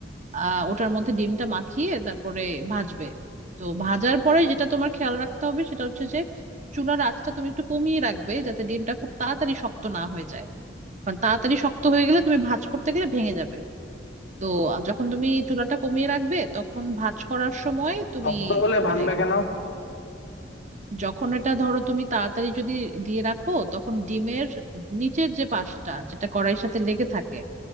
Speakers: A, on the right; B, on the left.
A: আহ ওটার মধ্যে ডিমটা মাখিয়ে তারপরে ভাজবে তো ভাজার পরে যেটা তোমার খেয়াল রাখতে হবে সেটা হচ্ছে যে চুলার আঁচটা তুমি একটু কমিয়ে রাখবে যাতে ডিমটা খুব তাড়াতাড়ি শক্ত না হয়ে যায় কারণ তাড়াতাড়ি শক্ত হয়ে গেলে তুমি ভাজ করতে গেলে ভেঙে যাবে তো আহ, যখন তুমি চুলাটা কমিয়ে রাখবে তখন ভাঁজ করার সময় তুমি
B: শক্ত হলে
A: মানে
B: ভাঙবে কেন
A: যখন এটা ধরো তুমি তাড়াতাড়ি যদি দিয়ে রাখো তখন ডিমের নিচের যে পাশটা যেটা কড়াইয়ের সাথে লেগে থাকে